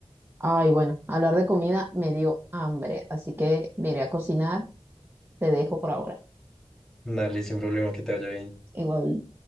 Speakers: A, on the right; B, in the centre.
A: Ay, bueno, hablar de comida me dio hambre, así que me iré a cocinar. Te dejo por ahora.
B: Dale, sin problema, que te vaya bien.
A: Igual.